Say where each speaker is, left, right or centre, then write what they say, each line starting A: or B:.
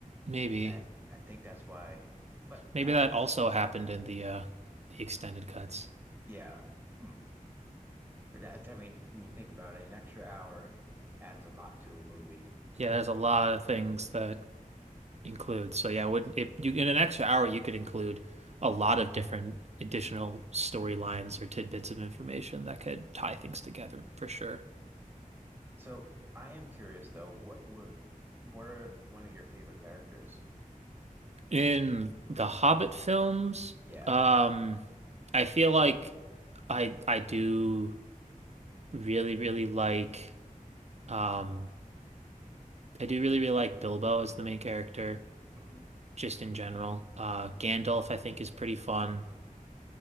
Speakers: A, on the right; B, on the right.
A: Maybe.
B: and I I think that's why but
A: Maybe
B: I
A: that also happened in the uh the extended cuts.
B: yeah. Hmm. But that I mean when you think about it, an extra hour adds a lot to a movie.
A: Yeah, there's a lot of things that include. So yeah, would if you in an extra hour you could include a lot of different additional storylines or tidbits of information that could tie things together for sure.
B: So I am curious though, what were what are one of your favorite characters?
A: In the Hobbit films,
B: Yeah.
A: um I feel like I I do really really like um I do really really like Bilbo as the main character,
B: hmm
A: just in general. Uh, Gandalf I think is pretty fun